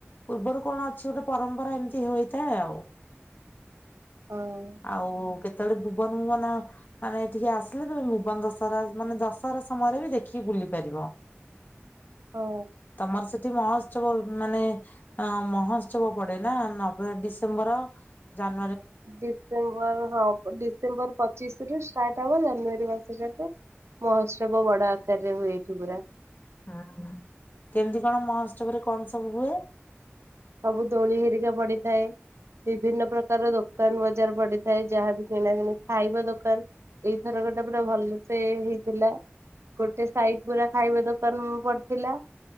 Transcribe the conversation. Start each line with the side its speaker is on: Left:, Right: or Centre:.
Left: ପୂର୍ବରୁ କଣ ଅଛି ଗୋଟେ ପରମ୍ପରା ଏମିତି ହେଇଥାଏ ଆଉ।
Right: ହଁ
Left: ଆଉ କେ ଯେତେବେଳେ ଭୁବନ ଭୁବନ ମାନେ ଟିକେ ଆସିଲେ ତମେ ଜୀବନ ଦଶହରା ମାନେ ଦଶହରା ସମୟରେ ବି ଦେଖିକି ବୁଲି ପାରିବ।
Right: ହଁ।
Left: ତମର ସେ ମହୋତ୍ସବ ମାନେ ଅ ମହୋତ୍ସବ ପଡେ ନା ନ ଡିସେମ୍ବର ଜାନୁ
Right: ଡିସେମ୍ବର ହଁ ଡିସେମ୍ବର ପ ପଚିଶରୁ ଷ୍ଟାର୍ଟ ହବ ଜାନୁଆରୀ ମାସ ଜାକେ ମହୋତ୍ସବ ବଡ ଆକାରରେ ହୁଏ ଏଠି ପୁରା।
Left: ହୁଁ କେମିତି କଣ ମହୋତ୍ସବ ରେ କଣ ସବୁ ହୁଏ?
Right: ସବୁ ଦୋଳି ହେରିକା ପଡିଥାଏ ବିଭିନ୍ନ ପ୍ରକାର ଦୋକାନ ବଜାର ପଡିଥାଏ ଯାହାବି କିଣା କିଣି ଖାଇବା ଦୋକାନ ଏଇଥରକଟା ଗୋଟେ ପୁରା ଭଲ ସେେ ହେଇଥିଲା ଗୋଟେ ସାଇଡ ପୁରା ଖାଇବା ଦୋକାନ ପଡିଥିଲା।